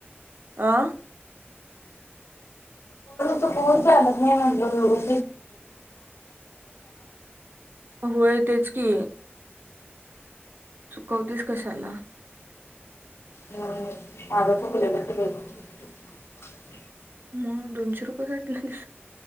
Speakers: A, on the right; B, on the left.
A: आ
B: सपूर झा म्हटल दोन
A: हो य तेच कि चुकवतीस कशाला
B: हम्म, माझं चुकलेलं <unintelligible>
A: मग दोनशे रुपये गठलेस